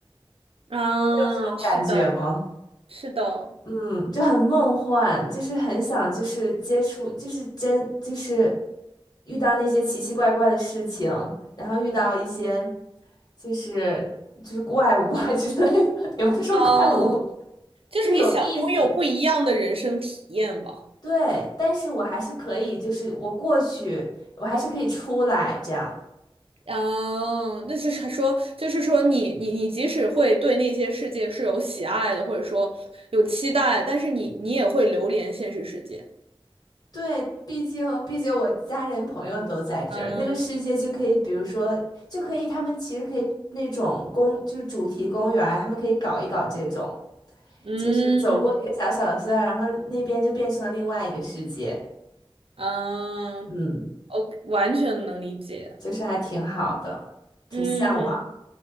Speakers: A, on the right; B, on the left.
A: 嗯，
B: 有这种感觉吗？
A: 是的，是的，
B: 嗯，就很梦幻，就是很想，就是接触，就是真，就是遇到那些奇奇怪怪的事情，然后遇到一些，就是就是怪物啊之类的，<laughs> 也不是说怪物，
A: 嗯，就是你想拥有不一样的人生体验吧。
B: 就是有意思对，但是我还是可以，就是我过去，我还是可以出来这样。
A: 嗯，那就是他说，就是说你你你即使会对那些世界是有喜爱的，或者说有期待，但是你你也会流连现实世界。
B: 对，毕竟毕竟我家人朋友都在这儿，
A: 嗯
B: 那个世界就可以，比如说就可以，他们其实可以那种公，就是主题公园儿他们可以搞一搞这种，
A: 嗯
B: 就是走过一个小小的隧道，然后那边就变成了另外一个世界，
A: 嗯，
B: 嗯，
A: 我完全能理解。
B: 就是还挺好的，挺向往，
A: 嗯，